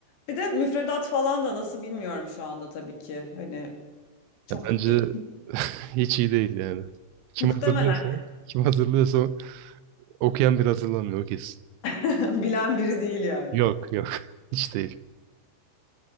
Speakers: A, on the left (about 60°); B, on the right (about 80°).
A: Bir de müfredat falan da nasıl bilmiyorum şu anda tabii ki. Hani çok
B: Ya bence
A: e,
B: <laughs> hiç iyi değil yani. Kim
A: muhtemelen
B: hazırlıyorsa, kim hazırlıyorsa okuyan bir hazırlanmıyor o kesin.
A: <laughs> bilen biri değil yani.
B: Yok, yok. <laughs> Hiç değil.